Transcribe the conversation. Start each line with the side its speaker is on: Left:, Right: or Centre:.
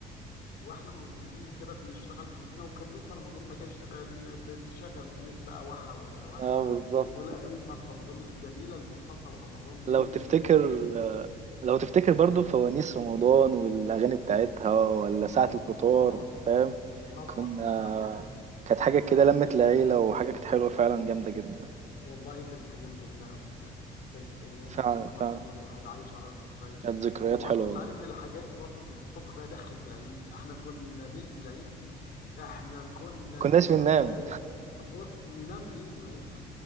Left: واحنا موجودين كده بنشتغل في زينة وكان لسه رمضان ما جاش تغل- ت- تشغل أغنية بقى وحوي يا وحوي
Right: اه بالظبط
Left: والأغاني بتاعت رمضان الجميلة المرتبطة برمضان دي
Right: لو
Left: دي
Right: تفتكر
Left: حاجات ما تتنسيش
Right: لو تفتكر برضو فوانيس رمضان والاغاني بتاعتها ولا ساعه الفطار
Left: طبعا
Right: أنت فاهم
Left: طبعا
Right: كنا
Left: حاجة
Right: كانت حاجه كده
Left: أيام
Right: لمت العيله وحاجه كانت حلوه فعلا جامده جدا
Left: والله كانت أيام جميلة أوي بجد كانت أيام
Right: فعلا
Left: وذكرى
Right: فعلا
Left: حلوة الواحد عايش على الذكريات دي
Right: كانت ذكريات
Left: وبرضه
Right: حلوة
Left: أنت
Right: والله
Left: عارف الحاجات برضه اللي مرتبطة بيها دخلة العيد احنا كنا ليلة العيد دي احنا كنا
Right: كناش
Left: نجيب
Right: بننام
Left: بقى بص ننام ايه ما ينفع